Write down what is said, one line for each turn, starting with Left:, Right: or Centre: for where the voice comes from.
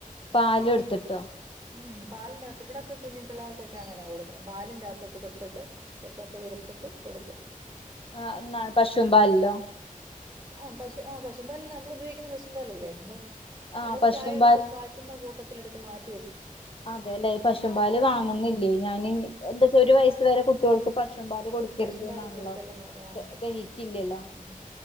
Left: പാല് കൊടുത്തെ
Right: മ്മ് പാലിന്റകത്ത്, ഇവിടൊക്കെ കുഞ്ഞു പിള്ളാർക്കൊക്കെ അങ്ങന കൊടുക്കുന്നെ പാലിന്റ അക ട്ട് കുതിർത്തിട്ട് ചപ്പാത്തി <unintelligible> ത്തിട്ട് കൊടുക്കും.
Left: ആ എന്നാണ് പശുവും പാലിലോ?
Right: ആഹ പശു ആഹ പശുപാലി <unintelligible> നമ്മള് ഉപയോഗിക്കുന്ന പശും പാലല്ലേ?
Left: ആഹ്
Right: നമുക്ക്
Left: പശുവും
Right: ചായ എടുക്കാൻ കാചച് കൂട്ടത്തിൽ എടുത്ത്. <unintelligible>
Left: അതെല്ലെ പശും പാല് വാങ്ങുന്നില്ലെയ്
Right: ആഹ്
Left: ഞാന് എന്താച്ച ഒരു വയസ് വരെ കുട്ടിയോൾ ക്ക് പശ് ശും പാല് കൊടുക്കരുത്
Right: പശുമ്പാല്
Left: എന്നാണല്ലോ
Right: കൊടുക്കല്ലെന്ന് പറയാ
Left: ദഹിക്കില്ലല്ലോ
Right: ആഹ്